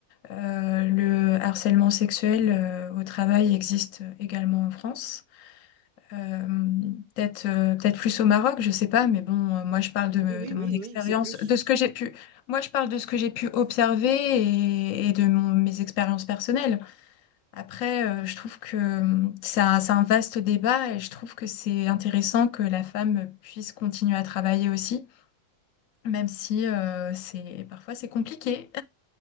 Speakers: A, on the left; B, on the right.
A: Euh, le harcèlement sexuel euh, au travail existe euh, également en France. Euh, peut-être euh, peut-être plus au Maroc, je sais pas, mais bon, euh, moi je parle de,
B: Oui, oui,
A: de mon
B: oui,
A: expérience,
B: oui, c'est plus.
A: de ce que j'ai pu, moi je parle de ce que j'ai pu observer et, et de mon- mes expériences personnelles. Après, euh, je trouve que euh, c'est un, c'est un vaste débat et je trouve que c'est intéressant que la femme puisse continuer à travailler aussi, même si euh, c'est parfois c'est compliqué.